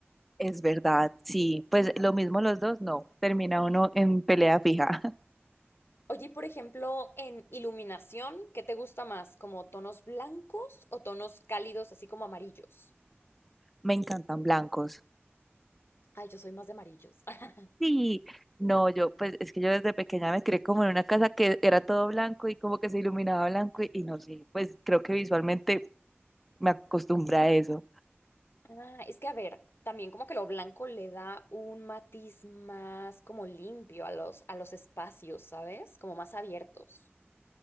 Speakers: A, in the centre; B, on the left.
A: Es verdad, sí. Pues lo mismo los dos, no. Termina uno en pelea fija. <laughs>
B: Oye, y por ejemplo, en iluminación, ¿qué te gusta más? ¿Como tonos blancos o tonos cálidos, así como amarillos?
A: Me encantan blancos.
B: Ay, yo soy más de amarillos. <laughs>
A: Sí. No, yo, pues es que yo desde pequeña me creé como en una casa que era todo blanco y como que se iluminaba blanco y, y no sé, pues creo que visualmente me acostumbré a eso.
B: Ah, es que a ver, también como que lo blanco le da un matiz más como limpio a los, a los espacios, ¿sabes? Como más abiertos.